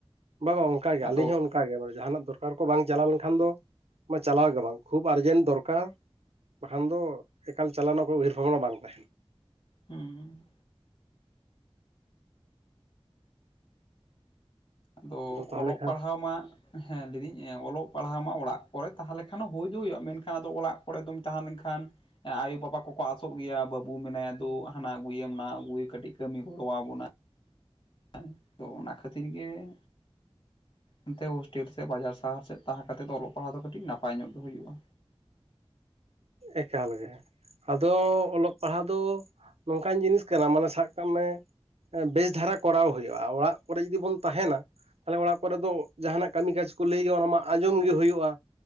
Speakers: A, on the right; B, on the left.
A: ᱵᱟᱵᱟ ᱚᱱᱠᱟ ᱜᱮ
B: ᱟᱫᱚ
A: ᱟᱹᱞᱤᱧ ᱦᱚᱸ ᱚᱝ ᱚᱱᱠᱟᱜ ᱜᱮ ᱢᱟᱱᱮ ᱡᱟᱦᱟᱱᱟᱜ ᱫᱚᱨᱠᱟᱨ ᱠᱚ ᱵᱟᱝ ᱪᱟᱞᱟᱣ ᱞᱮᱱᱠᱷᱟᱱ ᱫᱚ ᱢᱟ ᱪᱟᱞᱟᱣ ᱜᱮ ᱵᱟᱝ ᱠᱷᱩᱵ ᱟᱨᱡᱮᱱᱴ ᱫᱚᱨᱠᱟᱨ᱾ ᱵᱟᱠᱷᱟᱱ ᱫᱚ ᱮᱠᱟᱞ ᱪᱟᱞᱟᱣ ᱠᱚᱱᱚ ᱩᱤᱦᱟᱹᱨ ᱨ ᱵᱷᱟᱵᱱᱟ ᱵᱟᱝ ᱛᱟᱦᱮᱱ᱾
B: ᱦᱩᱸ ᱟᱫᱚ
A: ᱛᱟᱦᱚᱞᱮ
B: ᱚᱞᱚᱜ
A: ᱠᱷᱟᱱ
B: ᱯᱟᱲᱦᱟᱣ ᱢᱟ᱾ ᱦᱮᱸ ᱞᱟᱹᱭᱫᱟᱹᱧ ᱚᱞᱚᱜ ᱯᱟᱲᱦᱟᱣ ᱢᱟ ᱚᱲᱟᱜ ᱠᱚᱨᱮ ᱛᱟᱦᱮ ᱞᱮᱠᱷᱟᱱ ᱦᱩᱭ ᱫᱚ ᱦᱩᱭᱩᱜᱼᱟ ᱢᱮᱱᱠᱷᱟᱱ ᱟᱫᱚ ᱚᱲᱟᱜ ᱠᱚᱨᱮ ᱫᱚᱢ ᱛᱟᱦᱮ ᱞᱮᱱᱠᱷᱟᱱ᱾ ᱮᱸ ᱟᱭᱳᱵᱟᱵᱟ ᱠᱚ ᱟᱥᱚᱜ ᱜᱮᱭᱟ ᱵᱟᱹᱵᱩ ᱢᱮᱱᱟᱣᱟ ᱫᱩ ᱦᱟᱱᱟ ᱟᱹᱜᱩᱭᱮᱢ ᱱᱟᱣᱟ ᱟᱜᱩᱭᱮᱢ ᱠᱟᱹᱴᱤᱡ ᱠᱟᱹᱢᱤ ᱜᱚᱲᱚ ᱟᱵᱚᱱᱟ ᱦᱮᱸ ᱛᱚ ᱚᱱᱟ ᱠᱷᱟᱹᱛᱤᱨ ᱜᱮᱸ᱾ ᱱᱚᱛᱮ ᱦᱳᱥᱴᱮᱞ ᱥᱮ ᱵᱟᱡᱟᱨ ᱥᱟᱦᱟᱨ ᱥᱮᱫ ᱛᱟᱦᱮᱸ ᱠᱟᱛᱮ ᱫᱚ ᱚᱞᱚᱜ ᱯᱟᱲᱦᱟᱜ ᱫᱚ ᱠᱟᱹᱴᱤᱡ ᱱᱟᱯᱟᱭ ᱧᱚᱜ ᱜᱮ ᱦᱩᱭᱩᱜᱼᱟ᱾
A: ᱮᱠᱟᱞ ᱜᱮ ᱟᱫᱚ ᱚᱞᱚᱜ ᱯᱟᱲᱦᱟᱣ ᱫᱚ ᱱᱚᱝᱠᱟᱱ ᱡᱤᱱᱤᱥ ᱠᱟᱱᱟ ᱢᱟᱱᱮ ᱥᱟᱵ ᱠᱟᱜ ᱢᱮ᱾ ᱵᱮᱥ ᱫᱷᱟᱨᱟ ᱠᱚᱨᱟᱣ ᱦᱩᱭᱩᱜᱼᱟ ᱚᱲᱟᱜ ᱠᱚᱨᱮ ᱡᱩᱫᱤ ᱵᱚᱱ ᱛᱟᱦᱮᱱᱟ᱾ ᱛᱟᱦᱚᱞᱮ ᱚᱲᱟᱜ ᱠᱚᱨᱮ ᱢᱟ ᱡᱟᱦᱟᱱᱟᱜ ᱠᱟᱹᱢᱤ ᱠᱟᱡᱽ ᱠᱚ ᱞᱟᱹᱭᱟ ᱚᱱᱟ ᱢᱟ ᱟᱸᱡᱚᱢ ᱜᱮ ᱦᱩᱭᱩᱜᱼᱟ᱾